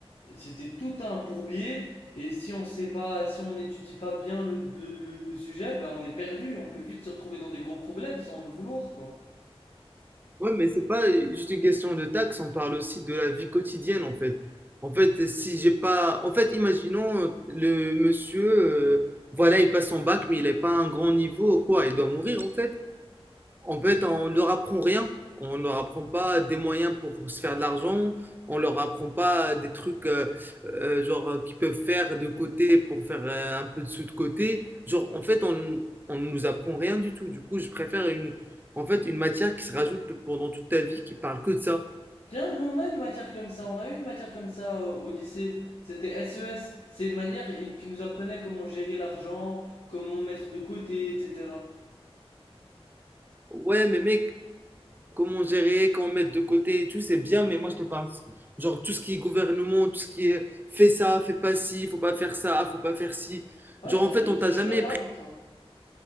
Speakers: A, on the left; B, on the right.
A: C'était tout un bourbier et si on sait pas, si on n'étudie pas bien le, le, le- le sujet, ben on est perdu, on peut vite se retrouver dans des gros problèmes sans le vouloir, quoi.
B: Ouais, mais c'est pas juste une question de taxes. on parle aussi de la vie quotidienne en fait. En fait, si j'ai pas. En fait, imaginons euh, le monsieur, euh, voilà, il passe son bac, mais il n'est pas à un grand niveau, ou quoi, il doit mourir en fait. En fait, on ne leur apprend rien. On ne leur apprend pas des moyens pour se faire de l'argent. On ne leur apprend pas des trucs euh, euh, genre euh, qu'ils peuvent faire de côté pour faire euh, un peu de sous de côté. Genre, en fait, on, on ne nous apprend rien du tout. Du coup, je préfère une, en fait, une matière qui se rajoute pendant toute ta vie qui parle que de ça.
A: Tiens, nous on a une matière comme ça, on a eu une matière comme ça euh, au lycée. C'était SES, c'est une manière i- qui nous apprenait comment gérer l'argent, comment mettre de côté, etc.
B: Ouais, mais mec, comment gérer, comment mettre de côté et tout, c'est bien, mais moi je te parle, genre tout ce qui est gouvernement, tout ce qui est fais ça, fais pas ci, faut pas faire ça, faut pas faire ci.
A: Ouais,
B: Genre
A: ça
B: en
A: je,
B: fait, on
A: ça
B: t'a
A: je
B: jamais
A: suis d'accord avec toi.